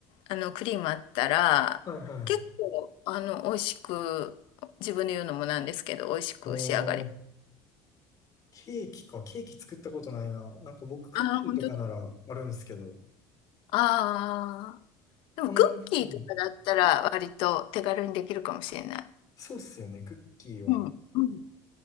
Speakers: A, on the left; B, on the left.
A: あの、クリームあったら、
B: はいは
A: 結構、あの、美味しく、自分で言うのもなんですけど、美味しく仕上がります。
B: い。おー、ケーキか。ケーキ作ったことないな。なんか僕、クッキーとかならあるんですけど、
A: ああ、本当だ。ああ。でも、
B: あんま、
A: クッキーとかだったら、
B: うん。
A: 割と手軽にできるかもしれない。
B: そうっすよね。クッキーは。
A: うん。うん